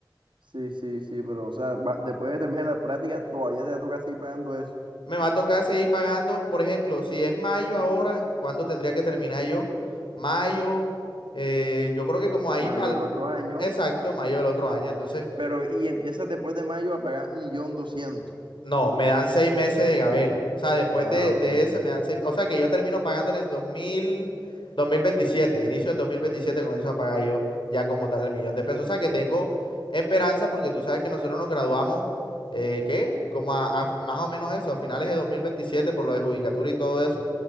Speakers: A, on the right; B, on the left.
A: Sí, sí, sí, pero o sea, va- después de terminar la práctica todavía te toca seguir pagando eso,
B: Me va a tocar seguir pagando, por ejemplo, si es mayo ahora, ¿cuándo tendría que terminar yo? Mayo, eh, yo creo que como ahí
A: mayo
B: para
A: del otro año,
B: exacto, mayo del otro año. Entonces...
A: pero y empiezas después de mayo a pagar millón doscientos.
B: No, me dan seis meses de gabela. O sea, después
A: Ah,
B: de, de
A: ok.
B: ese me dan seis. O sea, que yo termino pagando en el dos dos mil dos mil veintisiete, Inicio del dos mil veintisiete comienzo a pagar yo ya como tal el millón de pesos. O sea, que tengo esperanza porque tú sabes que nosotros nos graduamos, eh, ¿qué? Como a, a- más o menos eso, a finales de 2027 por lo de judicatura y todo eso.